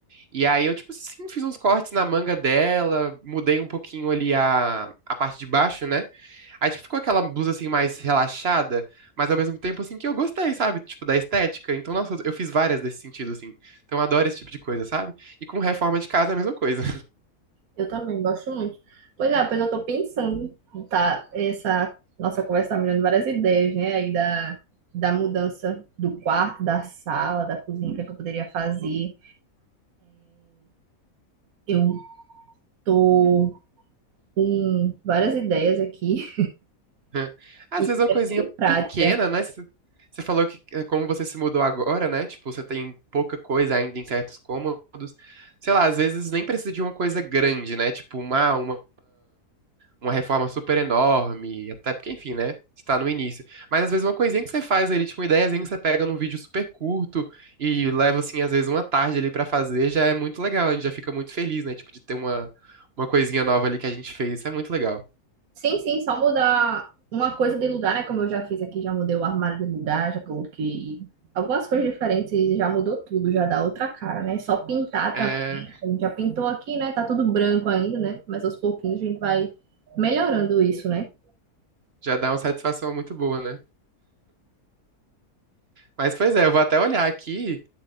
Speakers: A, on the right; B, on the right.
A: E aí eu, tipo assim, fiz uns cortes na manga dela, mudei um pouquinho ali a, a parte de baixo, né? Aí, tipo, ficou aquela blusa, assim, mais relaxada, mas ao mesmo tempo, assim, que eu gostei, sabe? Tipo, da estética. Então, nossa, eu fiz várias desse sentido, assim. Então, eu adoro esse tipo de coisa, sabe? E com reforma de casa é a mesma coisa.
B: Eu também gosto muito. Pois
A: <laughs>
B: é, pois eu tô pensando, tá? Essa nossa conversa tá me dando várias ideias, né? Aí da, da mudança do quarto, da sala, da cozinha, o que é que eu poderia fazer. Eu tô com várias ideias aqui.
A: <laughs> Às
B: E
A: vezes é uma
B: é
A: coisinha
B: bem prática.
A: pequena, né? Você você falou que eh, como você se mudou agora, né? Tipo, você tem pouca coisa ainda em certos cômodos. Sei lá, às vezes nem precisa de uma coisa grande, né? Tipo, uma, uma, uma reforma super enorme. Até porque, enfim, né? Você tá no início. Mas às vezes uma coisinha que você faz ali, tipo, uma ideiazinha que você pega num vídeo super curto e leva, assim, às vezes uma tarde ali pra fazer, já é muito legal. A gente já fica muito feliz, né? Tipo, de ter uma, uma coisinha nova ali que a gente fez. Isso é muito legal.
B: Sim, sim, só mudar uma coisa de lugar, né? Como eu já fiz aqui, já mudei o armário de lugar, já coloquei algumas coisas diferentes e já mudou tudo, já dá outra cara, né? Só pintar
A: É,
B: também. A gente já pintou aqui, né? Tá tudo branco ainda, né? Mas aos pouquinhos a gente vai melhorando isso, né?
A: já dá uma satisfação muito boa, né? Mas, pois é, eu vou até olhar aqui.